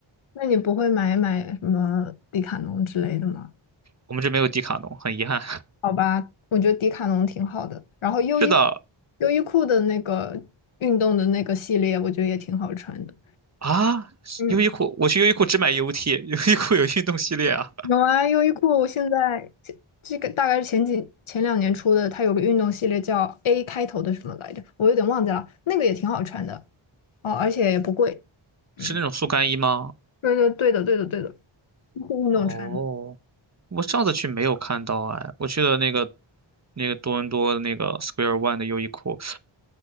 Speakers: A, on the left; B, on the right.
A: 那你不会买买什么迪卡侬之类的吗？
B: 我们这没有迪卡侬，很遗憾。
A: 好吧，我觉得迪卡侬挺好的，然后优衣
B: <laughs> 是的
A: 优衣库的那个运动的那个系列，我觉得也挺好穿的。
B: 啊，
A: 嗯。
B: 优衣库，我去优衣库只买 UT，优衣库有运动系列啊，
A: 有啊，优衣库我现在这这个大概是前几前两年出的，它有个运动系列叫 A 开头的什么来着，我有点忘记了，那个也挺好穿的哦，而且也不贵。嗯，
B: 是那种速干衣吗？
A: 对对对的对的对的，就是运动穿的
B: 哦，我上次去没有看到哎，我去了那个那个多伦多的那个 Square One 的优衣库，